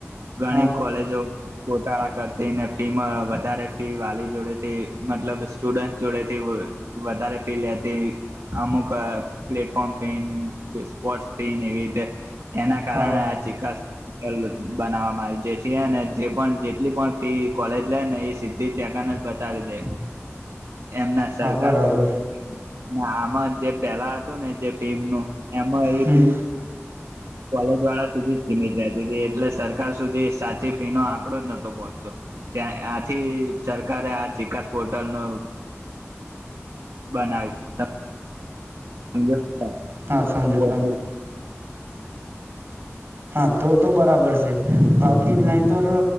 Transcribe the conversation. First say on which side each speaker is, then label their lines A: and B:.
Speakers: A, on the right; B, on the right.
A: ઘણી
B: હા
A: કોલેજો કરતી ને ફી વધારે ફી વાલી જોડેથી મતલબ સ્ટુડન્ટ જોડે થી વધારે ફી લેતી અમુક પ્લેટફોર્મ ફી સ્પોર્ટસ ફીને એવી રીતે એના કારણે
B: હા હા
A: આ ચાસ લ બનાવવામાં આવ જેથીને જે પણ જેટલી પણ ફી કોલેજ લે ને એ સીધી ત્યાંકને જ બતાવી દે એમના સરકારકાર
B: હા બરાબર
A: અને આમાં જે પેલા હતું ને જે ફીહ નું એમાં
B: હમ
A: એક કોલેજ વાળા સુધી જ સીમિત રતી હતી એટલે સરકાર સુધી સાચી ફી નો આંકડો જ નહતો પહોંચતો્યાં આથી સરકારે આ ચિકાસ પોર્ટલ ન બનાયું <unintelligible>
B: હા સમજો સમજો હા તો તો બરાબર છે બાકી નહીંતર તો